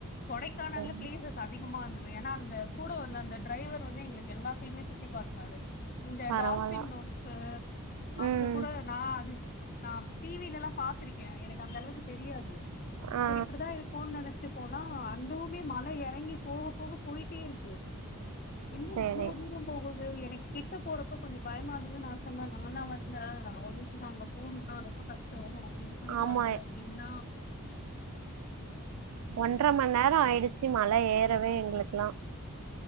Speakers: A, on the left (about 40°); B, on the right (about 85°).
A: கொடைக்கானல்ல
B: சரி.
A: பிளேசஸ் அதிகமா இருக்குது ஏனா அந்த கூட வந்த அந்த டிரைவர் வந்து எங்ளுக்கு எல்லாத்தயுமே சுத்தி காட்னாரு இந்த
B: பரவால்ல.
A: டால்ஃபின் நொஸ்சு அங்க
B: ம்.
A: கூட நா அது ம் நா டிவிலல்லா பாத்ருக்கே எனக் அந்த அளவுக் தெரியாது
B: ஆ.
A: சரி இப்டிதா இருக்கூனு நெனச்சிட் போனா அந்துவுமே மல இறங்கி போக போக போய்ட்டேருக்கு இல்ல
B: சரி.
A: இவ்ளோ தூரோ போகுது எனக்கு கிட்ட போறப்ப கொஞ்சோ பயமாதுன்னு நா சொன்ன நா லா வர்ல அவங்க நா அங்க போணு தா ரொம்ப கஷ்டோ நீங்க போயிட்டு
B: ஆமா.
A: வாங்க அப்டின்னா
B: ஒன்றர மண் நேரோ ஆயிடுச்சு மல ஏறவே எங்களுகெல்லா